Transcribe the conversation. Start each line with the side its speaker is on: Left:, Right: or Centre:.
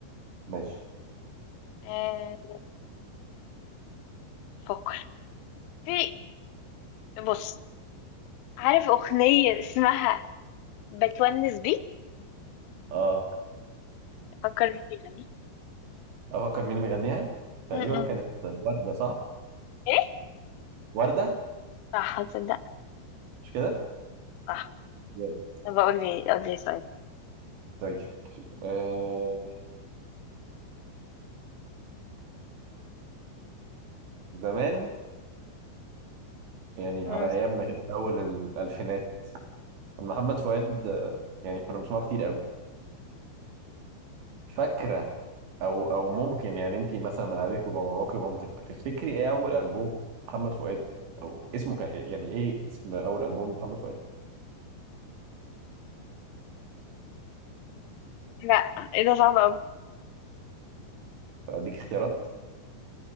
Right: ماشي
Left: أه... افكر في بص عارف أغنية اسمها بتونس بيك
Right: اه
Left: أفكر مين بيغني
Right: افكر مين اللي بيغنيها؟ تقريبا
Left: م-م.
Right: كانت وردة صح؟
Left: إيه
Right: وردة
Left: صح هتصدق
Right: مش كده؟
Left: صح
Right: جامد.
Left: طب أقول لي أقول لي سؤال
Right: طيب آه زمان يعني
Left: مم.
Right: على ايامنا كده في اول الالفينات كان محمد فؤاد آه، يعني كنا بنسمعه كتير قوي فاكرة او او ممكن يعني انت مثلا من قعدتك وباباك ومامتك تفتكري ايه اول البوم محمد فؤاد او اسمه كان إيه؟ يعني ايه اسم اول البوم محمد فؤاد
Left: لا إيه ده صعب أوي
Right: اديك اختيارات